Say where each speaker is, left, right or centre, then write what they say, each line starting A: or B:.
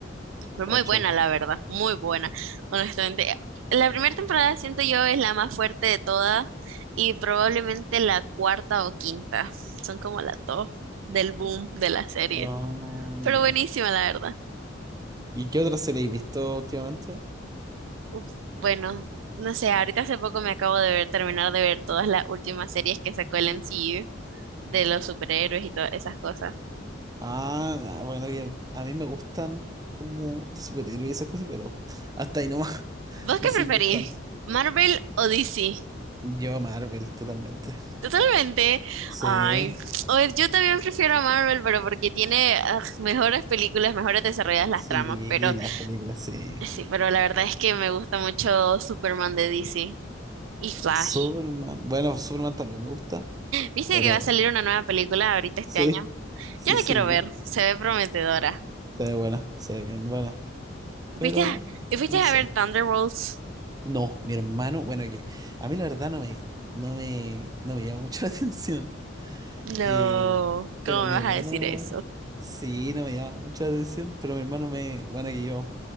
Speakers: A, on the right; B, on the right.
A: Fue
B: ocho.
A: muy buena, la verdad, muy buena, honestamente. La primera temporada siento yo es la más fuerte de todas y probablemente la cuarta o quinta. Son como la top del boom de la serie.
B: Ah,
A: Pero
B: ya.
A: buenísima, la verdad.
B: ¿Y qué otra serie has visto últimamente?
A: Uf, bueno, no sé, ahorita hace poco me acabo de ver, terminar de ver todas las últimas series que sacó el MCU de los superhéroes y todas esas cosas.
B: Ah, ah, bueno, bien. A mí me gustan como de superhéroes y esas cosas, pero hasta ahí nomás. <laughs>
A: ¿Vos
B: No
A: qué
B: soy
A: preferís?
B: muy fan.
A: ¿Marvel o DC?
B: Yo Marvel, totalmente.
A: Totalmente.
B: Sí,
A: Ay, o- yo también prefiero a Marvel, pero porque tiene ah, mejores películas, mejores desarrolladas las
B: sí,
A: tramas, pero
B: las películas, sí.
A: sí, pero la verdad es que me gusta mucho Superman de DC y Flash.
B: Superman. Bueno, Superman también me gusta,
A: ¿Viste
B: pero
A: que va a salir una nueva película ahorita este
B: sí,
A: año?
B: sí,
A: Yo
B: sí.
A: la quiero ver, se ve prometedora.
B: Se ve buena, se ve bien buena, pero
A: ¿Fuiste? a, y fuiste
B: no
A: a
B: sé.
A: ver Thunderbolts?
B: No, mi hermano, bueno, que a mí la verdad no me, no me, no me llama mucho <laughs> la atención,
A: No,
B: eh, pero
A: ¿cómo me
B: mi
A: vas
B: hermano,
A: a decir eso?
B: sí, no me llama mucho la atención, pero mi hermano me, bueno, que yo,